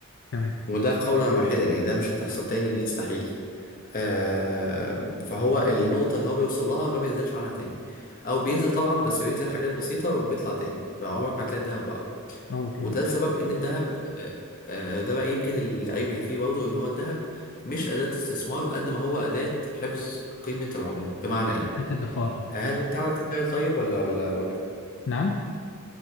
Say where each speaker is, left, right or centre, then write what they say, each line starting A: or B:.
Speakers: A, on the left; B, on the left.
A: تمام
B: وده قولا واحدا يعني ده مش هتحصل تاني يستحيل آه فهو النقطة اللي هو بيوصل لها ما بينزلش عنها تاني أو بينزل طبعا بس بينزل حاجات بسيطة وبيطلع تاني فعمرك ما هتلاقي الذهب وقع.
A: اه
B: وده
A: تمام
B: لسبب ان الذهب آه، آه، ده بقى يمكن العيب اللي فيه برضه ان هو الذهب مش اداة استثمار قد ما هو اداة حفظ قيمة العملة بمعنى ايه
A: حتة الادخار اه
B: هل انت عندك تخيل طيب ولا ولا اقول لك
A: نعم